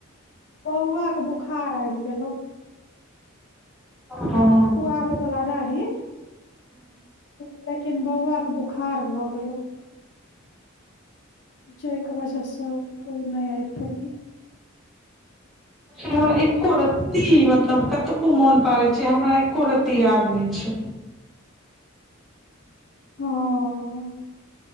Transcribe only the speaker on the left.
बौआक बुखार आबि गेलहुँ
तू आबै बला रहि तू किन बौआक बुखार भऽ गेलहूँ जाइक वजहसँ तू नै आइ पलहि <inaudible>
<inaudible> हँ